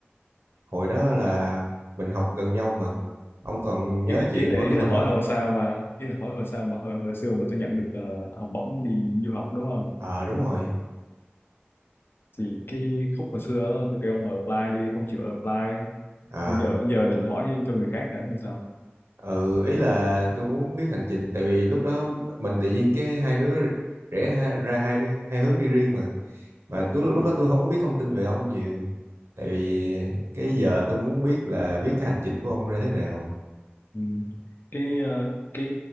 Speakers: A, on the right (about 85°); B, on the left (about 60°).
A: hồi đó là mình học gần nhau mà. Ông còn nhớ
B: ý là
A: chuyện
B: ý là
A: của tụi
B: ý là
A: mình
B: hỏi
A: không?
B: hồi sao mà ý là hỏi hồi sao mà hồi, hồi xưa mà tôi nhận được ờ, học bổng đi du học đúng không
A: Ờ đúng rồi.
B: thì cái khúc hồi xưa đó, tôi kêu ông apply đi không chịu apply
A: À,
B: tôi giờ giờ định hỏi cho người khác hả hay sao
A: ừ, ý là tôi muốn biết hành trình tại vì lúc đó mình tự nhiên cái hai đứa rẽ ha, ra hai đứa hai hướng đi riêng mà. mà tôi
B: ừ.
A: lúc lúc đó tôi không có biết thông tin về ông nhiều tại vì cái giờ tôi muốn biết là biết cái hành trình của ông ra thế nào
B: Ừ. cái ờ, cái